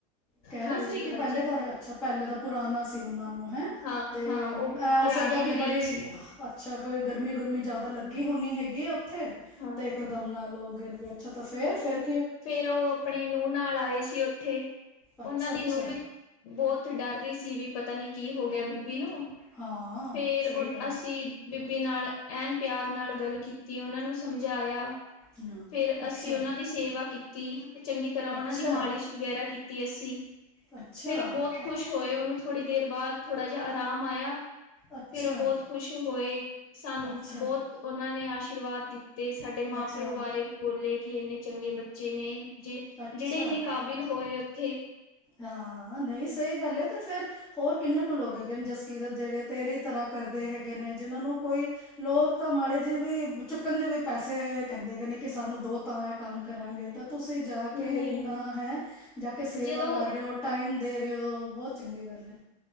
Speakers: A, in the centre; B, on the left.
A: ਕਹਿ
B: ਹਾਂਜੀ
A: ਰਹੇ ਸੀ ਕਿ
B: ਹਾਂਜੀ
A: ਪਹਿਲੇ ਦਾ ਅੱਛਾ, ਪਹਿਲੇ ਦਾ ਪੁਰਾਣਾ ਸੀ ਉਹਨਾਂ ਨੂੰ ਹੈਂ
B: ਹਾਂ
A: ਤੇ,
B: ਹਾਂ
A: ਇਹ
B: ਉਹ
A: ਹੋ
B: ਪੁਰਾਣੇ
A: ਸਕਦਾ ਕਿ
B: ਮਰੀਜ਼
A: ਬੜੀ-
B: ਸੀ
A: ਅੱਛਾ, ਕੋਈ- ਗਰਮੀ ਗੁਰਮੀ ਜ਼ਿਆਦਾ ਲੱਗੀ ਹੋਣੀ ਹੈਗੀ, ਇੱਥੇ
B: ਹਾਂ
A: ਤੇ ਇਕਦਮ
B: ਹਾਂ
A: ਨਾਲ ਉਹ ਗਿਰ ਗਏ। ਅੱਛਾ, ਤਾਂ ਫਿਰ ਫਿਰ-
B: ਫੇਰ ਉਹ ਆਪਣੇ ਨੂੰਹ ਨਾਲ ਆਏ ਸੀ ਉੱਥੇ ਉਹਨਾਂ
A: ਅੱਛਾ
B: ਦੀ
A: ਅੱਛਾ
B: ਨੂੰਹ ਵੀ ਬਹੁਤ ਡਰ- ਰੀ ਸੀ ਵੀ। ਪਤਾ ਨੀ ਕੀ ਹੋ ਗਿਆ ਬੀਬੀ ਨੂੰ,
A: ਹਾਂ
B: ਫੇਰ
A: ਸਹੀ
B: ਉਹ
A: ਗੱਲ ਹੈ
B: ਅਸੀਂ ਬੀਬੀ ਨਾਲ- ਐਨ ਪਿਆਰ ਨਾਲ ਗੱਲ ਕੀਤੀ, ਉਹਨਾਂ ਨੂੰ ਸਮਝਾਇਆ।
A: ਹਾਂ,
B: ਫੇਰ
A: ਅੱਛਾ
B: ਅਸੀਂ ਉਹਨਾਂ ਦੀ ਸੇਵਾ- ਕੀਤੀ ਚੰਗੀ ਤਰ੍ਹਾਂ ਉਹਨਾਂ
A: ਅੱਛਾ
B: ਦੀ ਮਾਲਿਸ਼ ਵਗੈਰਾ ਕੀਤੀ ਅਸੀਂ।
A: ਅੱਛਾ
B: ਫੇ ਰ ਉਹ ਬਹੁਤ ਖੁਸ਼ ਹੋਏ, ਉਹਨੂੰ ਥੋੜੀ ਦੇਰ ਬਾਅਦ ਥੋੜਾ ਜਿਹਾ ਆਰਾਮ ਆਇਆ,
A: ਅੱਛਾ
B: ਫੇਰ ਉਹ ਬਹੁਤ ਖੁਸ਼ ਹੋਏ ਸਾਨੂੰ
A: ਅੱਛਾ
B: ਬਹੁਤ ਉਹਨਾਂ ਨੇ ਆਸ਼ੀਰਵਾਦ ਦਿੱਤੇ। ਸਾਡੇ ਮ-
A: ਅੱਛਾ
B: ਪਿਓ ਬਾਰੇ ਵੀ ਬੋਲੇ ਕਿ ਇੰਨੇ ਚੰਗੇ ਬੱ ਨੇ ਜੇ
A: ਅੱਛਾ
B: ਜਿਹੜੇ ਇੰਨੇ ਕਾਬਿਲ ਹੋਏ ਉੱਥੇ।
A: ਹਾਂ, ਨਹੀਂ ਸਹੀ ਗੱਲ ਹੈ ਤੇ ਫੇਰ- ਹੋਰ ਕਿੰਨੇ ਕੁ ਲੋਕ ਹੈਗੇ ਨੇ ਜਸ- ਕੀਰਤ ਜਿਹੜੇ ਤੇਰੀ ਤਰ੍ਹਾਂ ਕਰਦੇ ਹੈਗੇ ਨੇ ਜਿਹਨਾਂ ਨੂੰ, ਕੋਈ ਲੋਕ ਤਾਂ ਮਾੜੇ ਜਿਹੇ ਵੀ ਚੁੱਕਣ ਦੇ ਵੀ ਪੈਸੇ- ਕਹਿੰਦੇ ਹੈਗੇ ਨੇ ਕਿ ਸਾਨੂੰ ਦਿਓ, ਤਾਂ ਇਹ ਕੰਮ ਕਰਾਂਗੇ, ਤਾਂ ਤੁਸੀਂ ਜਾ
B: ਨਹੀਂ
A: ਕੇ ਇੰਨਾ ਹੈ ਜਾ ਕੇ ਸੇਵਾ
B: ਜਦੋਂ
A: ਕਰ ਰਹੇ ਹੋ, ਟਾਈਮ ਦੇ ਰਹੇ ਹੋ। ਬਹੁਤ- ਚੰਗੀ ਗੱਲ ਹੈ।